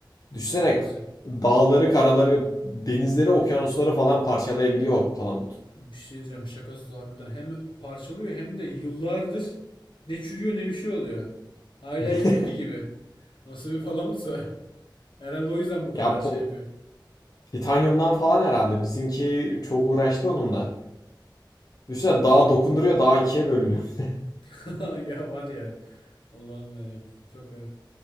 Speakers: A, on the left; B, on the left.
A: Düşünsene
B: Nasıl?
A: dağları, karaları, denizleri, okyanusları falan parçalayabiliyor o palamut.
B: Bir şey diyeceğim şakasız harbiden hem parçalıyor hem de yıllardır ne çürüyor ne bir şey oluyor. Hala
A: <laughs>
B: ilk günkü gibi. Nasıl bir palamutsa. <laughs> Herhalde o yüzden bu
A: Ya
B: kadar
A: po-
B: şey yapıyor.
A: titanyumdan falan herhalde. Bizimki çok uğraştı onunla. Düşünsene
B: Vallahi.
A: dağa dokunduruyor, dağ ikiye bölünüyor. <laughs>
B: <laughs> Ya var ya. Allah'ım ya çok garip.